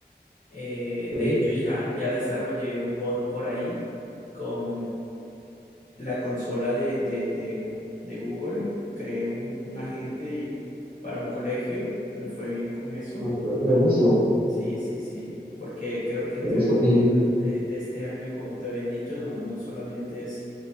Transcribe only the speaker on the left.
Eh,
de hecho, ya, ya desarrollé un bot por ahí con la consola de, de, de, de Google, creé un, un agente y para un colegio, me fue bien con eso.
Sí, sí, sí, porque creo que entre
mis metas de, de este año, como te había dicho, no, no solamente es